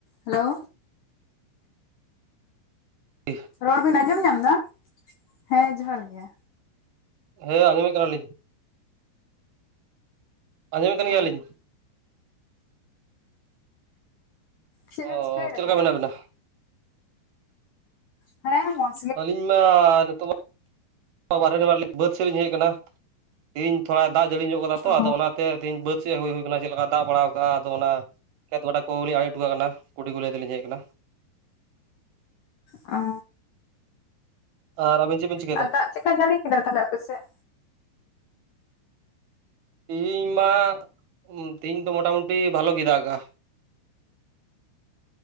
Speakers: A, on the left; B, on the right.
A: Hello
B: <unintelligible>
A: ᱨᱚᱲ ᱵᱤᱱ ᱟᱸᱡᱚᱢ ᱧᱟᱢ ᱮᱫᱟ ᱦᱮᱸ ᱡᱚᱦᱟᱨ ᱜᱮ
B: ᱦᱮᱸ ᱟᱸᱡᱚᱢᱮᱫ ᱠᱟᱱᱟᱞᱤᱧ ᱟᱸᱡᱚᱢᱮᱫ ᱠᱟᱱ ᱜᱮᱭᱟᱞᱤᱧ
A: ᱚ ᱪᱮᱫ
B: ᱚ
A: ᱮᱢ ᱪᱤᱠᱟᱹᱭᱮᱫ
B: ᱪᱮᱫ ᱞᱮᱠᱟ
A: ᱛᱟᱦᱚᱞᱮ?
B: ᱢᱮᱱᱟᱜ ᱵᱤᱱᱟ
A: ᱦᱮᱸ ᱢᱚᱡᱽ
B: ᱟᱹᱞᱤᱧ ᱢᱟ ᱱᱤᱛᱚᱜ ᱢᱟ ᱵᱟᱨᱦᱮ ᱨᱮ ᱢᱮᱜᱞᱤᱧ ᱵᱟᱹᱫᱽ ᱥᱮᱫ ᱞᱤᱧ ᱦᱮᱡ ᱟᱠᱟᱱᱟ ᱛᱮᱦᱧ ᱛᱷᱚᱲᱟ ᱫᱟᱜ ᱡᱟᱹᱲᱤ ᱧᱚᱜ ᱟᱠᱟᱫᱟ ᱛᱚ
A: ᱚ
B: ᱟᱫᱚ ᱚᱱᱟᱛᱮ ᱛᱮᱦᱤᱧ ᱵᱟᱹᱫᱽ ᱥᱮᱡ ᱦᱩᱭᱟᱱᱟ ᱪᱮᱫ ᱞᱮᱠᱟ ᱫᱟᱜ ᱵᱟᱲᱟ ᱠᱟᱜᱼᱟ ᱟᱫᱚ ᱚᱱᱟ ᱠᱷᱮᱛ ᱜᱚᱰᱟ ᱠᱚᱞᱤᱧ ᱟᱲᱮ ᱦᱚᱴᱚ ᱠᱟᱜ ᱠᱟᱱᱟ ᱠᱩᱲᱤ ᱠᱚ ᱞᱟᱹᱭ ᱛᱮᱞᱤᱧ ᱦᱮᱡ ᱟᱠᱟᱱᱟ
A: ᱚ
B: ᱟᱨᱸ ᱟᱵᱤᱧ ᱪᱮᱵᱮᱱ ᱪᱤᱠᱟᱹ
A: ᱟᱨ ᱫᱟᱜ ᱪᱮᱠᱟ ᱡᱟᱹᱲᱤ ᱠᱮᱫᱟ ᱛᱟᱦᱚᱞᱮ ᱟᱯᱮᱥᱮᱫ?
B: ᱛᱤᱦᱤᱧ ᱢᱟ ᱛᱮᱦᱤᱧ ᱫᱚ ᱢᱚᱴᱟᱢᱩᱴᱤ ᱵᱷᱟᱞᱚ ᱜᱮ ᱫᱟᱜ ᱠᱮᱫᱟ